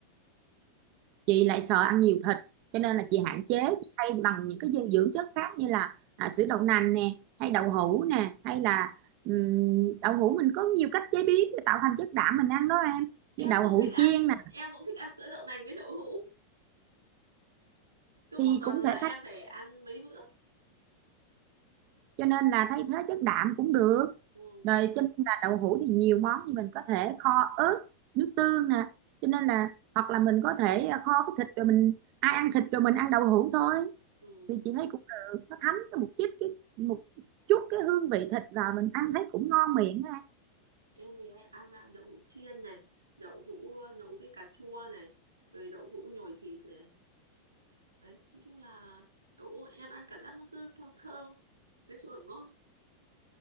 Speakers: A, on the right (about 45°); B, on the right (about 80°).
A: chị lại sợ ăn nhiều thịt cho nên
B: ừ.
A: là chị hạn chế chị thay bằng những cái dinh dưỡng chất khác như là à, sữa đậu nành nè hay đậu hũ nè hay là ừm, đậu hũ mình có nhiều cách chế biến để tạo thành chất đạm mình ăn đó em
B: em
A: như đậu
B: cũng
A: hũ
B: thích ăn
A: chiên nè
B: em cũng thích ăn sữa đậu nành với đậu hũ cứ một
A: thì
B: tuần
A: cũng
B: là
A: thể
B: em
A: thay
B: phải ăn mấy bữa
A: cho nên là thay thế chất đạm cũng được
B: ừ
A: rồi cho nên là đậu hũ thì nhiều món như mình có thể kho ớt nước tương nè cho nên là hoặc là mình có thể à, kho cái thịt rồi mình ai ăn thịt rồi mình ăn đậu hũ thôi
B: ừ
A: thì chị thấy cũng được nó thấm cái một chút cái một chút cái hương vị thịt vào mình ăn thấy cũng ngon miệng á
B: Em thì hay ăn à, đậu hũ chiên này, đậu hũ à, nấu với cà chua này, rồi đậu hũ nhồi thịt này. Đấy, nói chung là đậu hũ em ăn cảm giác nó cứ thơm thơm, nói chung là ngon.